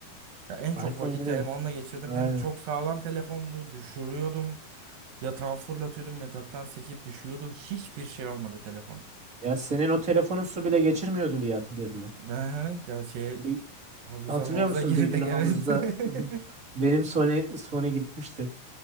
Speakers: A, on the right; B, on the right.
A: Ya en çok
B: iPhone
A: vakiti
B: 7.
A: hem onunla geçirdim
B: Aynen.
A: hem çok sağlam telefondu. Düşürüyordum. Yatağa fırlatıyordum. Yataktan sekip düşüyordu. Hiçbir şey olmadı telefona.
B: Ya senin o telefonun su bile geçirmiyordu diye hatırlıyorum ben.
A: Ne? Ya şey
B: Bir
A: havuza
B: Hatırlıyor
A: mavuza
B: musun
A: girdik
B: bir gün havuzda
A: evet.
B: <laughs>
A: <laughs>
B: benim Sony Sony gitmişti.